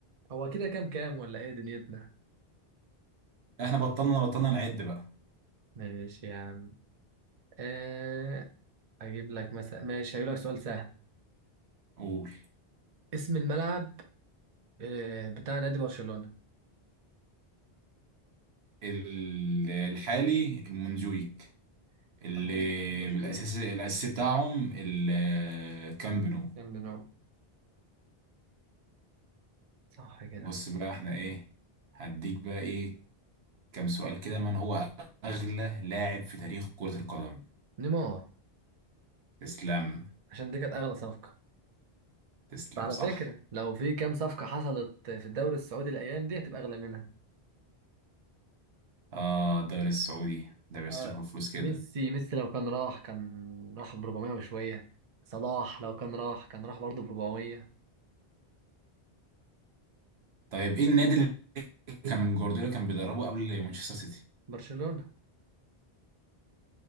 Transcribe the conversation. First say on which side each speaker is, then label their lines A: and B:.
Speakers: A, on the right; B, on the right.
A: هو كده كام كام ولا ايه دنيتنا
B: احنا بطلنا بطلنا نعد بقى
A: ماشي يا عم آه اجيب لك مثلا ماشي هجيب لك سؤال سهل
B: قول
A: اسم الملعب آه بتاع نادي برشلونة
B: ال- الحالي المنجويك اللي
A: طب الم- المشهور
B: بالاساس الاساسي بتاعهم الكامب نو
A: كان بنو صح كده
B: بص بقى احنا ايه هديك بقى ايه كام سؤال كده من هو اغلى لاعب في تاريخ كرة القدم
A: نيمار
B: تسلم
A: عشان دي كانت اغلى صفقة
B: تسلم
A: على
B: صح
A: فكرة لو في كام صفقة حصلت في الدوري السعودي الأيام دي هتبقى أغلى منها
B: اه الدوري السعودي ده بيصرفوا
A: اه
B: فلوس كده
A: ميسي ميسي لو كان راح كان راح ب 400 وشوية صلاح لو كان راح كان راح برضه ب 400
B: طيب ايه النادي كان جوارديولا كان بيدربه قبل مانشستر سيتي
A: برشلونة